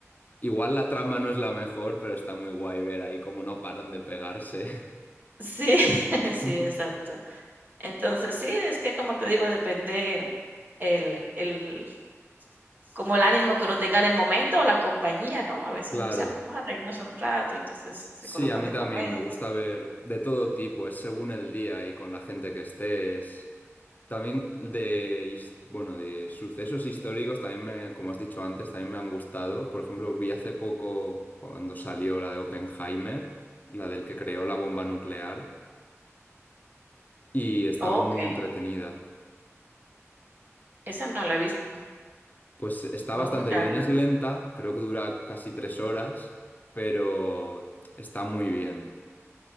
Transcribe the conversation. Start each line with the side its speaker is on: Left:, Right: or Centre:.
Left: Igual la trama no es la mejor, pero está muy guay ver ahí cómo no paran de pegarse.
Right: Sí, <laughs>
Left: <laughs>
Right: sí, exacto. Entonces, sí, es que como te digo, depende el el como el ánimo que uno tenga en el momento o la compañía, ¿no? A veces
Left: Claro.
Right: uno dice: "Vamos a reírnos un rato", y entonces se
Left: Sí,
Right: colocan
Left: a mí
Right: de
Left: también
Right: comedias.
Left: me gusta ver de todo tipo, es según el día y con la gente que estés. También de, his- bueno, de sucesos históricos también me, como has dicho antes, también me han gustado. Por ejemplo, vi hace poco cuando salió la de Oppenheimer, la del que creó la bomba nuclear, y estaba
Right: Okey.
Left: muy entretenida.
Right: Esa no la he visto,
Left: Pues está
Right: voy
Left: bastante
Right: a buscarla.
Left: bien, es lenta, creo que dura casi tres horas, pero está muy bien.